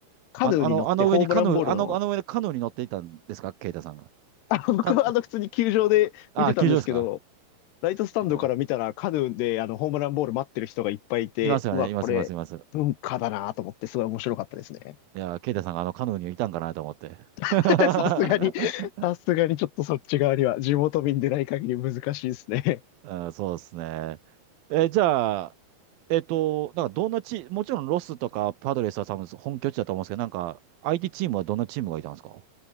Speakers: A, on the left (about 85°); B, on the right (about 70°).
A: カヌーに乗ってホームランボールの、
B: あの、あの、あの上にカヌー、あの、あの上でカヌーに乗っていたんですかケイタさんが。
A: あの、僕はあの、
B: カヌ
A: 普通に球場で見てたんですけど、
B: あ、球場ですか
A: ライトスタンドから見たらカヌーであの、
B: いや
A: ホームランボール待ってる人がいっぱいいて、
B: いますよね。
A: うわ、
B: います、
A: これ、
B: います、います。
A: 文化だなと思って、すごい面白かったですね。
B: いや、ケイタさんがあのカヌーにいたんかなと思って。
A: <laughs>
B: <laughs>
A: さすがに、さすがにちょっとそっち側には、地元民でない限り難しいですね。
B: うん、そうですね。え、じゃあ、えっと、なんかどんなチもちろんロスとかパドレスは多分本拠地だと思うんですけど、なんか相手チームはどんなチームがいたんですか